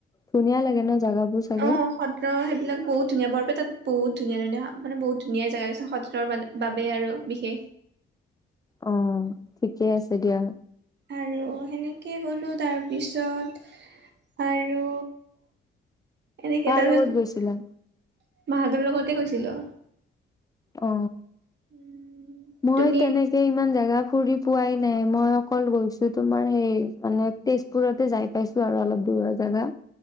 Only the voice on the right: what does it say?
অ সত্ৰ সেইবিলাক বহুত ধুনীয়া বৰপেটাত বহুত ধুনীয়া ধুনীয়া মানে বহুত ধুনীয়া জেগা আছে সত্ৰ মানে বাবে আৰু বিশেষ
আৰু সেনেকেই গ'লো তাৰপিছত। আৰু। এনেকে
তাৰপিছত
মা হঁতৰ লগতে গৈছিলো।
উম,
তুমি